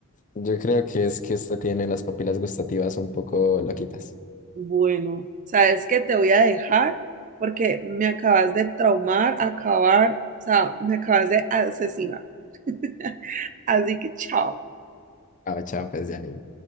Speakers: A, on the left; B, on the right.
A: Yo creo que es que usted tiene las papilas gustativas un poco loquitas.
B: Bueno, ¿sabes qué? Te voy a dejar porque me acabas de traumar, acabar, o sea, me acabas de asesinar. <laughs> Así que chao.
A: Ah, chao, pues, Janine.